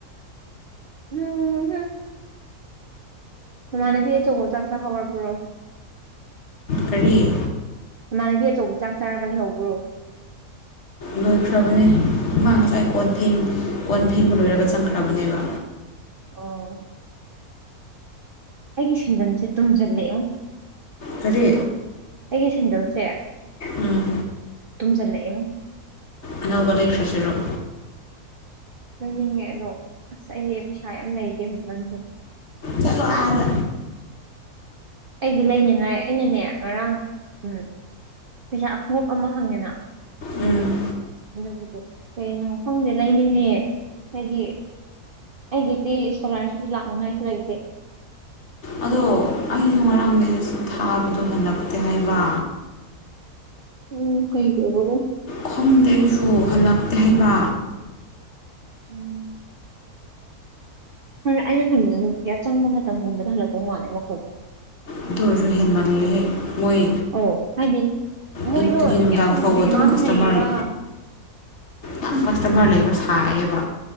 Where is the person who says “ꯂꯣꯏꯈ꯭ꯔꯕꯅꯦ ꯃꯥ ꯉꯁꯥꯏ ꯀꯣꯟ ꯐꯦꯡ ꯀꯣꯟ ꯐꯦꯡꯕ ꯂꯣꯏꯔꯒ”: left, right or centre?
Left